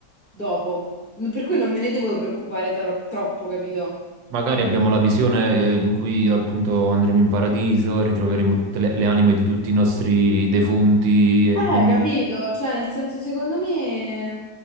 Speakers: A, on the left; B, on the right.
A: dopo, per cui non me ne devo preoccupare taro- troppo, capito?
B: Magari abbiamo la visione eh, in cui appunto andremo in paradiso, ritroveremo tutte le, le anime di tutti i nostri defunti e
A: Eh,
B: quindi...
A: capito,
B: <laughs>
A: cioè nel senso secondo me